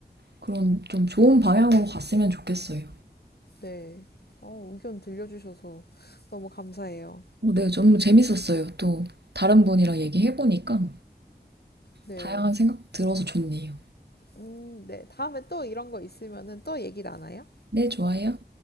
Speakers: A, on the right; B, on the left.
A: 그런 좀 좋은 방향으로 갔으면 좋겠어요.
B: 네. 어, 의견 들려주셔서 너무 감사해요.
A: 어, 네, 너무 재밌었어요. 또 다른 분이랑 얘기해보니까
B: 네.
A: 다양한 생각 들어서 좋네요.
B: 음, 네. 다음에 또 이런 거 있으면은 또 얘기 나눠요.
A: 네, 좋아요.